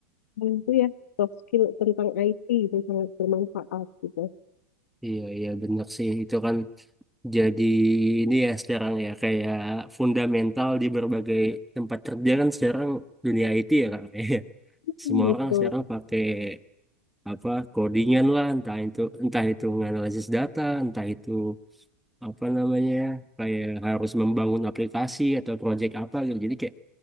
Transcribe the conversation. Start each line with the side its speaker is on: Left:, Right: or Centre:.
Left: sekarang itu ya soft skill tentang IT itu sangat bermanfaat gitu.
Centre: Iya, iya benar sih. Itu kan jadi ini ya sekarang ya kayak fundamental di berbagai tempat kerja kan sekarang dunia IT ya Kak. <laughs> Iya.
Left: Betul,
Centre: Semua orang sekarang pakai apa codingan lah entah itu entah itu menganalisis data, entah itu apa namanya ya, kayak harus membangun aplikasi atau project apa gitu. Jadi kayak